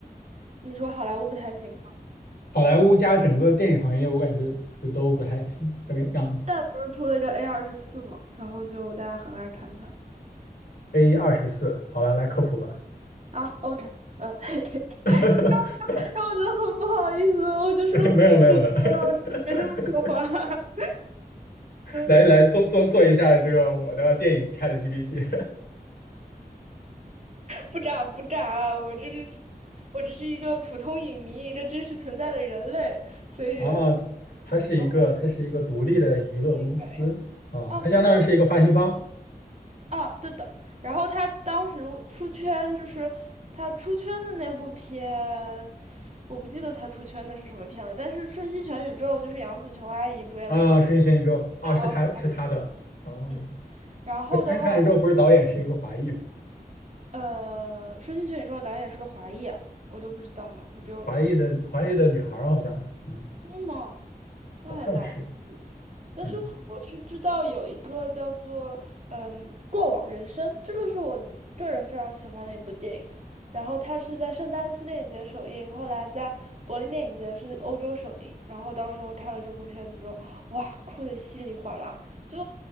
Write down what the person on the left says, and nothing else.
好莱坞加整个电影行业，我感觉就都不太行的样子。
A 二十四，好了，来科普吧。
<laughs>
没有没有没有，
<laughs>
来来做做做一下这个我的电影 ChatGPT。
<laughs>
啊，它是一个它是一个独立的娱乐公司啊，
它相当于是一个发行方
啊，《瞬息全宇宙》哦，
是它是它的哦，
对，《瞬息全宇宙》不是导演是一个华裔嘛，
华裔的华裔的女孩好像，嗯，
好像是，
嗯